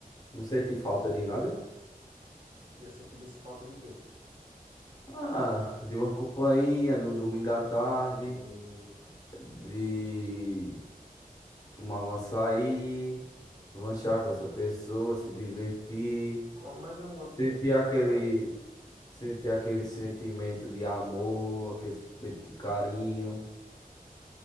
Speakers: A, on the left; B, on the right.
A: Não sente falta de nada?
B: E eu sentiria isso falta de quê?
A: Ah, de uma companhia no domingo à tarde.
B: Eita, poxa.
A: de tomar um açaí, lanchar com essa pessoa, se divertir,
B: Co- Mas eu não gosto de
A: sentir
B: ga- de gastar.
A: aquele, sentir aquele sentimento de amor, aquele sentimento de carinho.